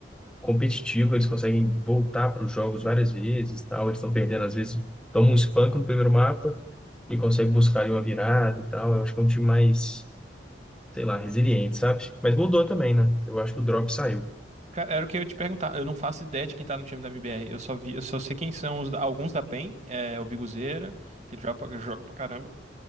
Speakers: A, in the centre; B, on the right.
A: competitivo, eles conseguem voltar para os jogos várias vezes, tal. Eles estão perdendo, às vezes tomam um espanco no primeiro mapa e conseguem buscar ali uma virada e tal. Eu acho que é um time mais, sei lá, resiliente, sabe? Mas mudou também, né? Eu acho que o drop saiu.
B: Cara, era o que eu ia te perguntar. Eu não faço ideia de quem tá no time da MBR. Eu só vi, eu só sei quem são os- alguns da PEN, é, o Biguzeira, que ele joga pra, joga pra caramba.